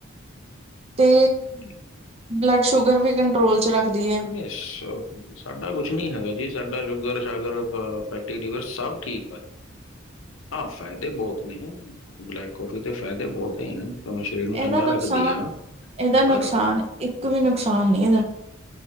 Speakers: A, on the right; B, on the left.
A: ਤੇ
B: ਹਠ <unintelligible>
A: ਬਲੱਡ ਸ਼ੂਗਰ ਵੀ ਕੰਟਰੋਲ 'ਚ ਰੱਖਦੀ ਹੈ।
B: ਅੱਛਾ ਸਾਡਾ ਕੁਛ ਨੀ ਹੈਗਾ ਜੀ ਸਾਡਾ ਸ਼ੂਗਰ ਸ਼ਾਗਰ ਬ ਫੈਟੀ ਲੀਵਰ ਸਭ ਠੀਕ ਆ ਜੀ। ਹਾਂ ਫ਼ਾਇਦੇ ਬਹੁਤ ਨੇ ਬਲੈਕ ਕੌਫੀ ਦੇ ਫ਼ਾਇਦੇ ਬਹੁਤ ਨੇ। ਸ਼ਰੀਰ ਨੂੰ
A: ਇਹਦਾ
B: ਚੰਗਾ
A: ਨੁਕਸਾਨ
B: ਰੱਖਦੀ ਆ
A: ਇਹਦਾ ਨੁਕਸਾਨ
B: ਪਰ
A: ਇੱਕ ਵੀ ਨੁਕਸਾਨ ਨੀ ਇਹਦਾ।